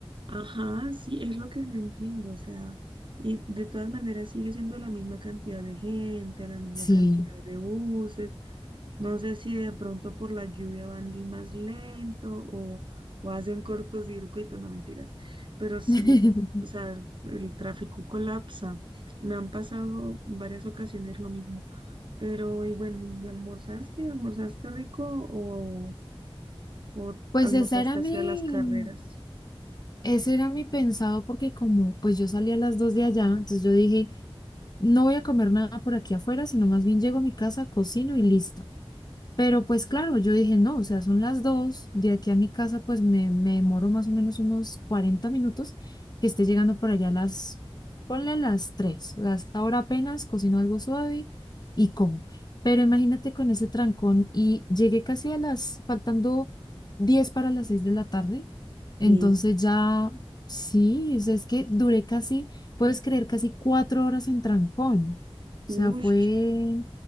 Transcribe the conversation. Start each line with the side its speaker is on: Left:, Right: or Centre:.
Right: Ajá, sí, es lo que no entiendo, o sea, y de todas maneras sigue siendo la misma cantidad de gente, la misma
Left: Sí.
Right: cantidad de buses, no sé si de pronto por la lluvia van más lento o, o hacen cortocircuito, no mentiras, pero sí,
Left: <laughs>
Right: lo, o sea, el tráfico colapsa, me han pasado en varias ocasiones lo mismo, pero y bueno, ¿y almorzaste? ¿Almorzaste rico o, o
Left: Pues
Right: almorzaste
Left: esa era mi,
Right: hacia las carreras?
Left: Ese era mi pensado porque como pues yo salí a las dos de allá, entonces yo dije, no voy a comer nada por aquí afuera, sino más bien llego a mi casa, cocino y listo. Pero pues claro, yo dije, no, o sea, son las dos, de aquí a mi casa pues me, me demoro más o menos unos 40 minutos que esté llegando por allá a las, ponle a las tres, hasta ahora apenas cocino algo suave y como. Pero imagínate con ese trancón y llegué casi a las, faltando 10 para las 6 de la tarde, entonces
Right: ¿Qué?
Left: ya, sí, o sea, es que duré casi, puedes creer, casi cuatro horas en trancón. O
Right: Uy,
Left: sea, fue,